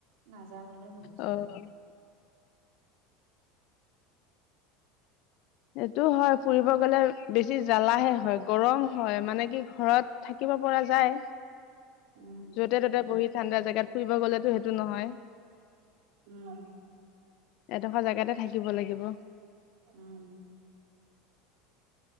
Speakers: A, on the right (about 70°); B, on the left (about 50°).
A: নাযাওঁ বুলি ভাবিছো
B: অ
A: আৰু
B: এইটো হয় ফুৰিব গলে বেছি জ্বালাহে হয় গৰম হয় মানে কি ঘৰত থাকিব থাকিব পৰা যায়।
A: উম
B: যতে ত'তে বহি ঠাণ্ডা জেগাত ফুৰিব গ'লেতো সেইটো নহয়
A: উম।
B: একেডখ জেগাতে থাকিব লাগিব
A: উম